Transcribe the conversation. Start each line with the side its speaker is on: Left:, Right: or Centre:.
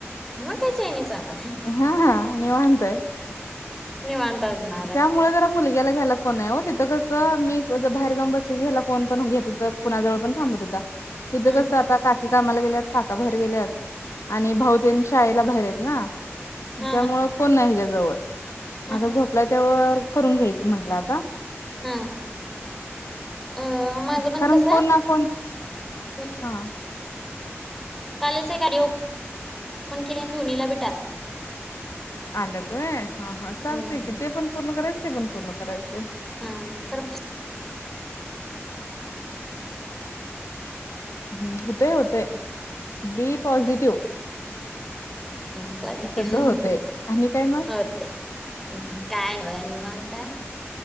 Centre: मग काय चैनीच आता.
Left: हा हा निवांतय.
Centre: निवांत असना.
Left: त्यामुळे जरा मुलग्याला घ्यायला कोण नाही हो तिथं कसं, मी बाहेर
Centre: हा
Left: जाऊन बसली की ह्याला कोण पण घेत होत, कुणाजवळ पण थांबत होता. इथं
Centre: हा
Left: कस आता काकी कामाला गेल्यात, काका बाहेर गेल्यात आणि भाऊतेन शाळेला बाहेर आहेत ना त्याच्यामुळं
Centre: हा हा
Left: कोण नाय ह्याच्या जवळ,
Centre: हा
Left: आता झोप वर करून घ्यायचं म्हंटलं आता.
Centre: हा अ माझं पण
Left: कारण
Centre: कसं
Left: कोण ना कोण
Centre: <unintelligible>
Left: हा
Centre: कालच कार <unintelligible> पण केले दोनाहीला भेटा
Left: आल्यात व्हय, हा हा चालतय
Centre: हम्म
Left: की ते पण पूर्ण करायचं, ते पण पूर्ण करायचं.
Centre: हम खरप <unintelligible>
Left: हम, होतेय होतेय, बी पॉझिटिव्ह
Centre: हम पॉसिटीव्ह
Left: सगळं होतंय आणि काय मग
Centre: होते. हम् काय ना व निवांतय,